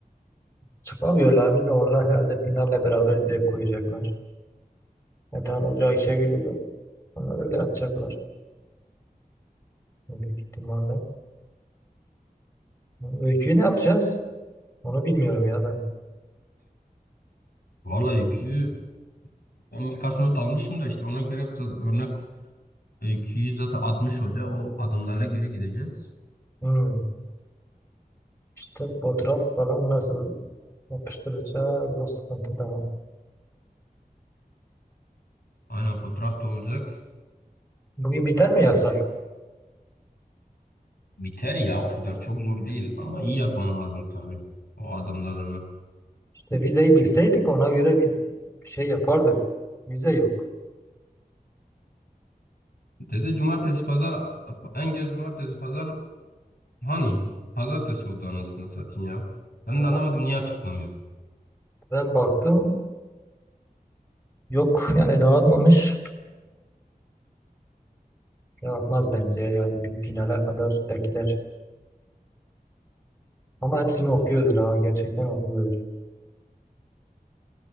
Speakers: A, on the left (about 15°); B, on the left (about 75°).
A: Çıkamıyorlar bir de onlar herhalde finalle beraber direkt koyacaklar. Metehan Hoca, Ayşegül Hoca. Onlar öyle yapacaklar. Büyük ihtimalle. Öyküyü ne yapacağız? Onu bilmiyorum ya ben.
B: Valla öyküyü ben birkaç not almışım da işte ona göre biraz örnek öyküyü zaten 60 hoca o adımlara göre gideceğiz.
A: Hmm. İşte fotoğraf falan nasıl? Yapıştıracağız o sıkıntı da var.
B: Aynen fotoğraf da olacak.
A: Bugün biter mi yapsak?
B: Biter ya o kadar çok zor değil ama iyi yapman lazım tabii o adımlarını.
A: İşte vizeyi bilseydik ona göre bir şey yapardık. Vize yok.
B: Dedi cumartesi pazar engel cumartesi pazar hani pazartesi oldu anasını satayım ya. Ben
A: Ya,
B: de anlamadım niye açıklamıyor.
A: ben baktım yok yani dağıtmamış. Dağıtmaz bence yani bir finale kadar bekler. Ama hepsini okuyordur ha gerçekten okuyordur.